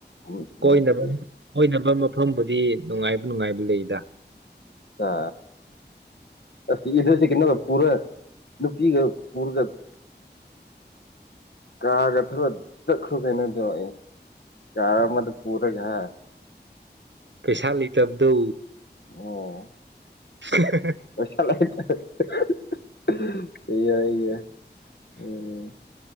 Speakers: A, on the left; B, on the right.
A: ꯎꯝ ꯁꯤꯂꯣꯡꯗꯗꯤ
B: ꯀꯣꯏꯅꯕ ꯀꯣꯏꯅꯕ ꯃꯐꯝꯕꯨꯗꯤ ꯅꯨꯡꯉꯥꯏꯕ ꯅꯨꯡꯉꯥꯏꯕ ꯂꯩꯗ
A: ꯁꯥ <unintelligible> ꯄꯨꯔ ꯅꯨꯄꯤꯒ ꯄꯨꯔꯒ ꯀꯥꯔꯒ ꯊꯧꯔ ꯆꯠꯈ꯭ꯔꯣ ꯀꯩꯅꯣꯗꯣ ꯑꯦ ꯀꯥꯔ ꯑꯃꯗ ꯄꯨꯔꯒ ꯍꯥ
B: ꯄꯩꯁꯥ ꯂꯩꯇꯕꯗꯨ
A: ꯑꯣ
B: <unintelligible>
A: ꯄꯩꯁ <unintelligible> ꯌꯥ ꯌꯥ ꯎꯝ